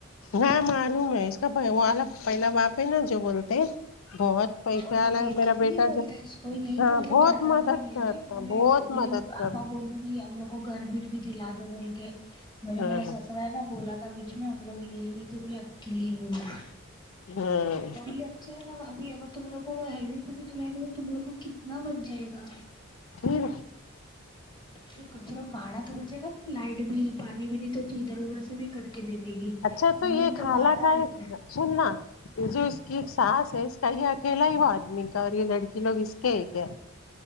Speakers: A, on the left; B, on the left.
A: ہاں معلوم ہے اس کا وہ آ پہلا باپ ہے نا جو بولتے ہیں بہت پیسے
B: اور
A: والا
B: وہ دیتا
A: ہے میرا
B: بھی
A: بیٹا
B: ہے بولتے
A: جو
B: ہیں اس کو یہی
A: ہاں
B: مطلب
A: بہت
B: جاتا
A: مدد
B: نہیں ہے لینے
A: کرتا
B: بولے
A: بہت
B: بولے
A: مدد کر
B: آپا بولوں گی ہم لوگ کو گھر بھیھر بھی دلا دو بول کے میں نے میرا
A: ہاں
B: سسرا ہے نا بولا بیچ میں ہم لوگ لیے ہی نہیں تھے بولے اب کے لیے ہی لوں گا
A: ہوں
B: وہ بھی اچھے ہے نا وہ بھی اگر تم لوگ کو ہیوی پی لگائیں گے تو تم لوگ کو کتنا بچ جائے گا
A: یہ
B: اچھا کم سے کم بھدا تو بچ جائے گا نا لائٹ بل پانی بھی نہیں تو تو ادھر ادھر سے بھی کر کے دے دے گی
A: اچھا تو یے
B: مین
A: کھانا
B: باڑا
A: کہ
B: رہتا
A: ہے سن نہ یہ جو اس کی ساس ہے اس کا یہ اکیلا ہی وہ آدمی کا اور یہ لڑکی لوگ اس کے ہے کیا